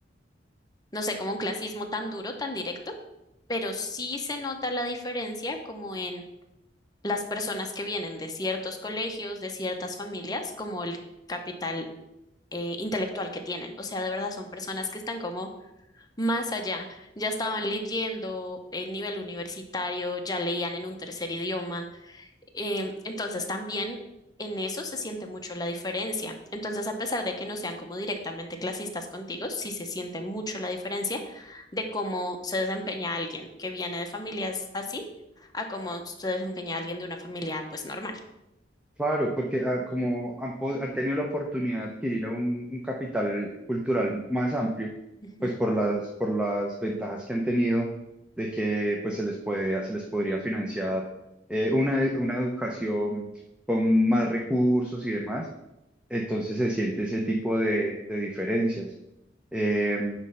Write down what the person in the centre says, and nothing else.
Claro, porque ah, como han, po- han tenido la oportunidad de adquirir un, un capital cultural más amplio,
pues por las, por las ventajas que han tenido de que pues se les puede, se les podría financiar eh, una, una educación con más recursos y demás, entonces se siente ese tipo de, de diferencias. Eh,